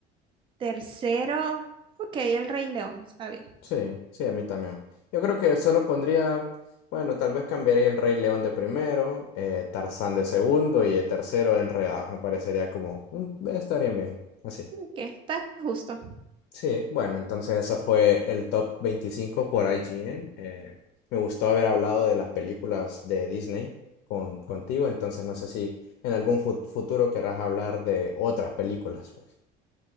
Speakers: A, on the right (about 30°); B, on the left (about 65°).
A: Tercero, ok, El Rey León, está bien.
B: Sí, sí, a mí también. Yo creo que solo pondría, bueno, tal vez cambiaría el Rey León de primero, eh, Tarzán de segundo y el tercero Enredados. Me parecería como, mm, estarían bien, así.
A: Ok, está justo.
B: Sí, bueno, entonces eso fue el top 25 por IGN. Eh, me gustó haber hablado de las películas de Disney con, contigo, entonces no sé si en algún fu- futuro querrás hablar de otras películas, pues.